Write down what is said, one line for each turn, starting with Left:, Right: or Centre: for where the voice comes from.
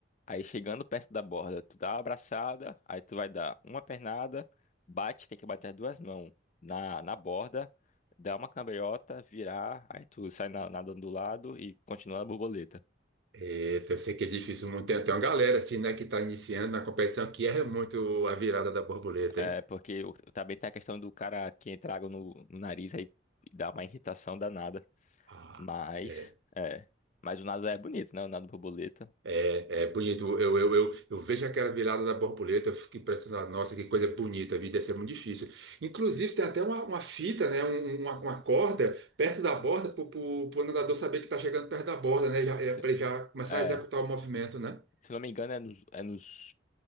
Left: Aí chegando perto da borda, tu dá uma abraçada, aí tu vai dar uma pernada, bate, tem que bater as duas mãos na, na borda, dá uma cambalhota, virar, aí tu sai na- nadando do lado e continua na borboleta.
Right: Eita, eu sei que é difícil muito. Tem, tem uma galera assim, né, que está iniciando na competição que erra muito a virada da borboleta,
Left: É,
Right: hein?
Left: porque o- também tem a questão do cara que entra água no, no nariz aí dá uma irritação danada.
Right: Ah,
Left: Mas,
Right: é.
Left: é. Mas o nado é bonito, né? O nado borboleta.
Right: É, é bonito. Eu, eu, eu, eu vejo aquela virada da borboleta, eu fico impressionado. Nossa, que coisa bonita, a vida deve ser muito difícil. Inclusive, tem até uma, uma fita, né? um- um, Uma, uma corda perto da borda para o nadador saber que está chegando perto da borda, né? Já, é,
Left: Se-
Right: para ele já começar
Left: É.
Right: a executar o movimento, né?
Left: Se não me engano, é nos, é nos